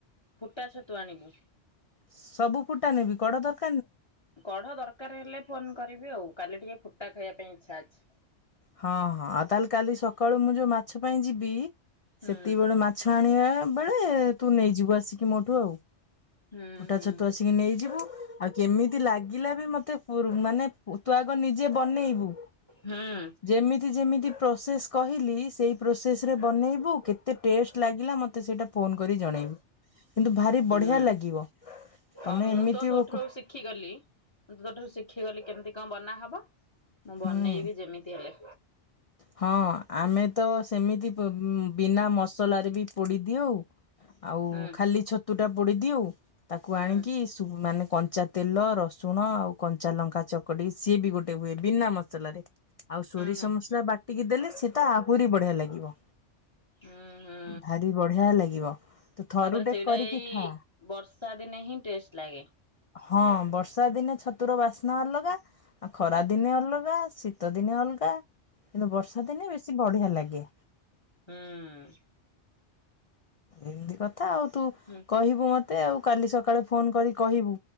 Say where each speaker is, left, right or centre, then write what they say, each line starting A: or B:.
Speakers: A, on the left; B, on the left.
A: ଫୁଟା ଛତୁ ଆଣିବୁ।
B: ସବୁ ଫୁଟା ନେବି କଡ଼ ଦର
A: କଢ଼ ଦରକାର ହେଲେ ଫୋନ କରିବି ଆଉ କାଲି ଟିକେ ଫୁଟା ଖାଇବା ପାଇଁ ଇଚ୍ଛା ଅଛି।
B: ହଁ ହଁ ଆଉ ତାହେଲେ କାଲି ସକାଳୁ ମୁଁ ଯୋଉ ମାଛ ପାଇଁ ଯିବି
A: ହୁଁ
B: ସେତିକି ବେଳେ ମାଛ ଆଣିବା ବେଳେ ତୁ ନେଇଯିବୁ ଆସିକି ମୋଠୁ ଆଉ।
A: ହୁଁ
B: ଫୁଟା
A: ହୁଁ
B: ଛଟୁ ଆସିକି ନେଇଯିବୁ ଆଉ କେମିତି ଲାଗିଲା ବି ମତେ ମାନେ ତୁ ଆଗ ନିଜେ ବନେଇବୁ
A: ହୁଁ
B: ଯେମିତି ଯେମିତି ପ୍ରୋସେସ କ କହିଲି ସେଇ ପ୍ରୋସେସ ରେ ବନେଇବୁ। କେତେ ଟେଷ୍ଟ ଲାଗିଲା ମୋତେ ସେଟା ଫୋନ କରି ଜଣେଇବୁ। କିନ୍ତୁ ଭାରି
A: ହୁଁ
B: ବଢିଆ ଲାଗିବ।
A: ହଁ
B: ତମେ
A: ମୁଁ
B: ଏମିତି
A: ତ ତୋ
B: ହୁଁ
A: ଠାରୁ ଶିଖିଗଲି। ମୁଁ ତୋଠାରୁ ଶିଖିଗଲି କେମିତି କଣ ବନାହବ। ବ ମୁଁ ବନେଇବି
B: ହୁଁ।
A: ଯେମିତି ହେଲେ।
B: ହଁ ଆମେ ତ ସେମିତି ବିନା ମସଲାରେ ବି ପୋଡି ଦିଅ ଆଉ। ଆଉ
A: ହୁଁ
B: ଖାଲି ଛତୁ ଟା ପୋଡିଦଉ ଆଉ ତାକୁ
A: ହୁଁ
B: ଆଣିକି ମାନେ କଞ୍ଚା ତେଲ ରସୁଣ ଆଉ କଞ୍ଚା ଲଙ୍କା ଚକଡି ସିଏ ବି ଗୋଟେ ହୁଏ, ବିନା ମସଲାରେ। ଆଉ ସୋରିସ
A: ହୁଁ।
B: ମସଲା ବାଟିକି ଦେଲେ ସେତ, ଆହୁରି ବଢିଆ ଲାଗିବ।
A: ହୁଁ ହୁଁ
B: ଭାରି ବଢିଆ ଲାଗିବ। ତୁ ଥରୁଟେ
A: ତାପରେ ସେଇଟା
B: କରିକି
A: ଏଇ
B: ଖା
A: ବର୍ଷା ଦିନେ ହିଁ ଟେଷ୍ଟ ଲାଗେ।
B: ହଁ ବର୍ଷା ଦିନେ ଛତୁର ବାସ୍ନା ଅଲଗା ଖରା
A: ହୁଁ
B: ଦିନେ ଅଲଗା, ଶୀତ ଦିନେ ଅଲଗା କିନ୍ତୁ ବର୍ଷା ଦିନେ ବେଶୀ ବଢିଆ ଲାଗେ।
A: ହଁ।
B: ଏମିତି କଥା ଆଉ ତୁ
A: ହୁଁ।
B: କହିବୁ ମତେ। ମୋତେ ଆଉ କାଲି ସକାଳେ ଫୋନ୍ କରି କହିବୁ।